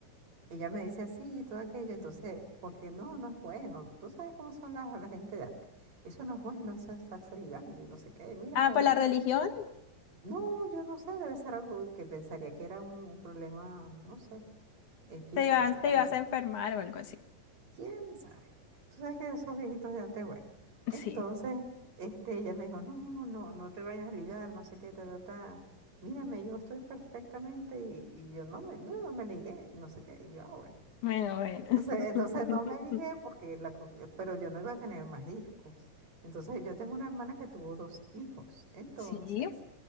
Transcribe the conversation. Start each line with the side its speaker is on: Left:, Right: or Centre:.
Right: Ella me dice así y todo aquello, entonces, porque no, no es bueno. Tú sabes cómo son las- la, gente de antes. Eso no es bueno, eso es estarse ligando y no sé qué. Mírame,
Left: Ah, pues
Right: ve.
Left: la religión
Right: No, yo no sé, debe ser algo que pensaría que era un problema, no sé, eh, físico,
Left: te ibas,
Right: será,
Left: te ibas
Right: no sé.
Left: a enfermar o algo así.
Right: ¿Quién sabe? Tú sabes que esos viejitos de antes, bueno. Entonces,
Left: Sí.
Right: este, ella me dijo, no, no, no te vayas a ligar, no sé qué, ta, ta, ta. Mírame, yo estoy perfectamente y, y yo no me, no, no me ligué y no sé qué. Y yo, ah, bueno.
Left: Bueno, bueno. <laughs>
Right: Entonces, entonces no me ligué porque la, co- eh, pero yo no iba a tener más hijos. Entonces yo tengo una hermana que tuvo dos hijos. Entonces
Left: Sí.